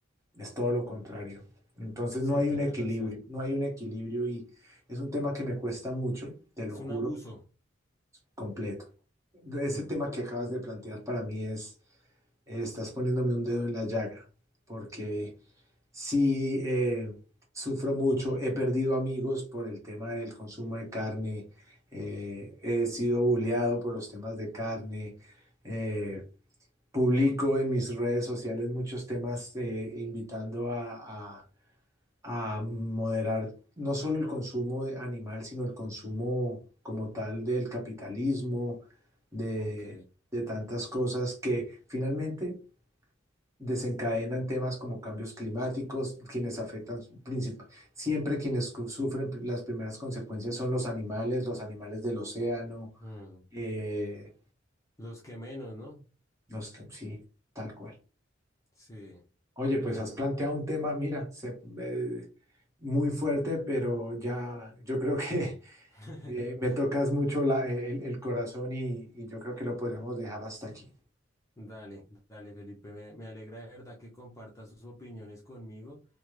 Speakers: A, on the right (about 15°); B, on the left (about 15°).
A: Es todo lo contrario. Entonces
B: sí,
A: no hay
B: tienes
A: un equilibrio,
B: razón.
A: no hay un equilibrio y es un tema que me cuesta mucho, te lo
B: Es
A: juro,
B: un abuso.
A: completo. Ese
B: Mm.
A: tema que acabas de plantear para mí es, eh, estás poniéndome un dedo en la llaga, porque sí eh, sufro mucho, he perdido amigos por el tema del consumo de carne, eh, he sido bulleado por los temas de carne, eh, publico en mis redes sociales muchos temas eh, invitando a a- a moderar no solo el consumo de animal, sino el consumo como tal del capitalismo, de,
B: Ok.
A: de tantas cosas que finalmente desencadenan temas como cambios climáticos, quienes afectan princip- siempre quienes cu- sufren pri- las primeras consecuencias son los animales, los animales del océano,
B: Mm.
A: eh,
B: Los que menos, ¿no?
A: los que- sí, tal cual.
B: Sí.
A: Oye,
B: Ay,
A: pues has
B: no.
A: planteado un tema, mira, se- eh, muy fuerte, pero ya yo creo que
B: <laughs>
A: Eh, me tocas mucho la- el, el corazón y, y yo creo que lo podríamos dejar hasta aquí.
B: Dale, dale, Felipe. Me, me alegra de verdad que compartas sus opiniones conmigo.